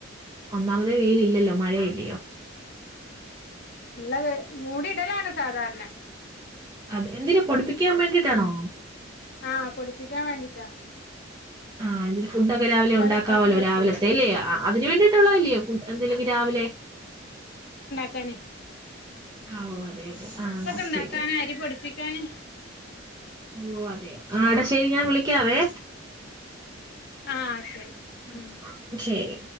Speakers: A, on the right; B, on the left.
A: ഒന്നാമതെ
B: ഉം
A: വെയിലില്ലല്ലോ മഴയല്ലേ യൊ
B: ഇല്ല മൂടീടലാണ് സാധാരണേ
A: അത് എന്തിന് പൊടിപ്പിക്കാൻ വേണ്ടീട്ടാണോ
B: ആ പൊടിപ്പിക്കാൻ വേണ്ടീട്ടാണ്
A: ആ ന്നിട്ട് ഫുടൊക്കെ രാവിലെ ഉണ്ടാക്കാവല്ലോ
B: ഇപ്പാക്ക് പറ്റൂല
A: രാവിലത്തെ ലേ അതിന് വേണ്ടീട്ടുള്ളതല്ലേ
B: ഉം
A: ഫുഡ് എന്തേലും ഒക്കെ രാവിലെ
B: ക്കനെ
A: ആ ഓ അതെയതെ ആ
B: ഇണ്ടാക്കാന്
A: ശരി
B: അരി പൊടിപ്പിക്കാന്
A: ഓ അതെ ആ ടാ ശരി ഞാൻ വിളിക്കാവേ
B: ആഹ് ശരി
A: ആഹ്
B: ഉം
A: ശരി